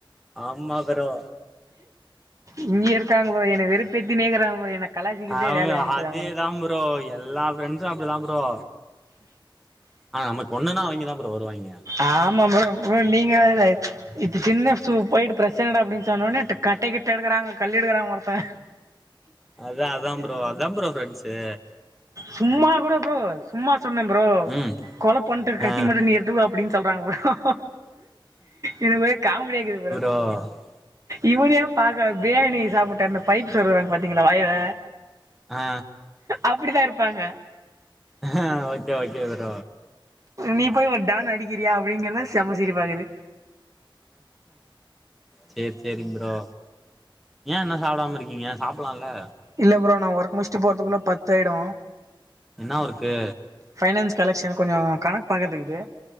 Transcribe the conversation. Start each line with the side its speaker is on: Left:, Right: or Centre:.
Centre: ஆமா ப்ரோ
Right: இங்கயு இருக்காங்க ப்ரோ என்ன வெறுப்பேத்தினே இருக்குறாங்க ப்ரோ என்ன கலாச்சிக்கிட்டே
Centre: அவ்
Right: வேலைய ஆக்கிட்டுறாங்க
Centre: அதேதா ப்ரோ எல்லா ஃப்ரெண்ட்ஸு அப்டிதா ப்ரோ அ நமக்கு ஒண்ணுன்னா அவைங்க தா ப்ரோ வருவாய்ங்க
Right: ஆமா ப்ரோ ப்ரோ நீங்க வேற இப்ப சின்ன சு போயிட்டு பிரச்சன டா அப்டின்னு சொன்னோடனே கட்ட கிட்ட எடுக்குறாங்க கல்லு எடுக்கறாங்க ஒருத்தே
Centre: அதா அதா ப்ரோ அதா ப்ரோ ஃப்ரெண்ட்ஸு
Right: சும்மா கூட ப்ரோ சும்மா சொன்னே ப்ரோ
Centre: ம்
Right: கொழப் பண்ட்டுக்கு கத்தி
Centre: ஆ
Right: மட்டு நீ எட்த்து வா அப்டின்னு சொல்றாங்க ப்ரோ இது மாரி காமெடியா இருக்குது ப்ரோ
Centre: ஓ
Right: இவனையே பாக்க பிரியாணி சாப்பிட்டாருனு பைப் சொருவாங்க பாத்தீங்களா வாயில
Centre: ஆ
Right: அப்டிதா இருப்பாங்க
Centre: ஆ ஓகே ஓகே ப்ரோ
Right: நீ போய் ஒரு டான் அடிக்கிறியா அப்டிங்கறதா செம்ம சிரிப்பாருக்குது
Centre: சேரி சேரிங் ப்ரோ ஏ இன்னு சாப்டாம இருக்கிங்க சாப்டலால்ல
Right: இல்ல ப்ரோ நா ஒர்க் முட்சுட்டு போர்து குல்ல பத்து ஆயிடு
Centre: என்னா ஒர்க்கு
Right: ஃபைனான்ஸ் கலெக்ஷன் கொஞ்சோ கணக்கு பாக்குறதுருக்குது